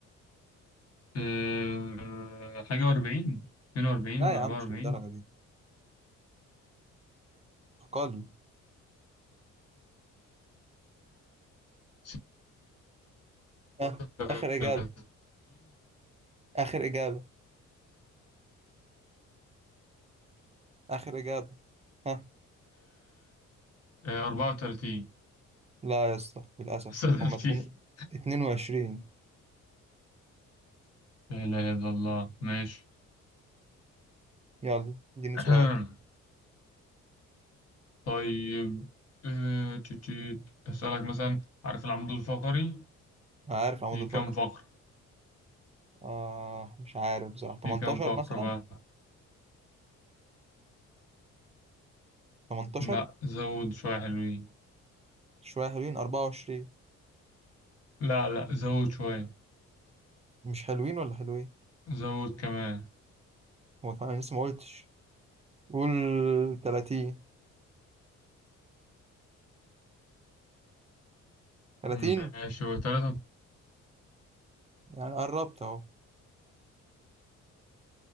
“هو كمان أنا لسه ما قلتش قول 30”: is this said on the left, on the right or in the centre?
Right